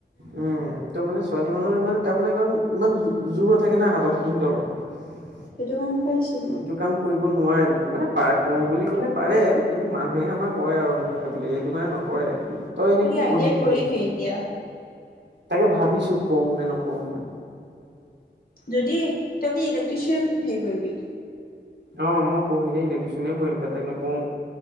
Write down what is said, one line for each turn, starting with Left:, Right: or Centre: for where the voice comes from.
Right: উম তহ মানে ছোৱালী মানুহৰ ইমান কাম নাই কাৰণ, ইমান জোৰ নাথাকে না হাতত সিহঁতৰ
Left: সেইটো গম পাইছোঁ।
Right: এইটো কাম কৰিব নোৱাৰে মানে, মানে পাৰ কৰো বুলি কলে পাৰে, কিন্তু মানুহে আমাৰ কয় আৰু নোৱাৰে বুলি এইটো কাৰণে নকৰে। তই এনেই কি
Left: আই
Right: পঢ়িম
Left: টি আই
Right: বুলি
Left: কৰিবি
Right: ভাবিছ।
Left: এতিয়া
Right: তাকে ভাবিছো কৰোঁ নে নকৰোঁ।
Left: যদি, তই কি ইলেক্ট্ৰিচিয়ান হেৰি কৰিবি।
Right: অ মই পঢ়িলে ইলেকট্ৰিচিয়ানে পঢ়িম, বেলেগ নপঢ়ো।